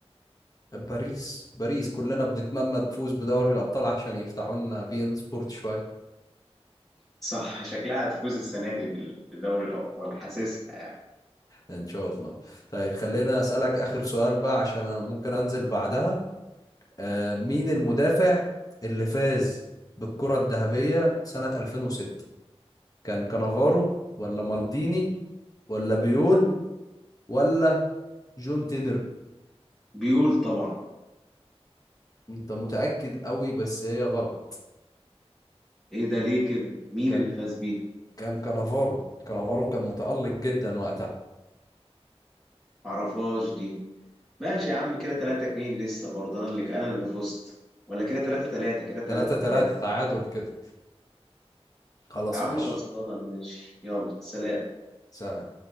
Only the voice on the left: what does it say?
باريس باريس كلنا بنتمنى تفوز بدوري الابطال عشان يفتحوا لنا بي ان سبورت شويه
ان شاء الله طيب خلينا اسالك اخر سؤال بقى عشان انا ممكن انزل بعدها آه مين المدافع اللي فاز بالكره الذهبيه سنه 2006 كان كانافارو ولا مالديني ولا بيول ولا جون تينر
انت متاكد قوي بس هي غلط
كان
كان كانافارو كانافارو كان متألق جدا وقتها
3 3
تعادل كده خلاص
ماشي
سلام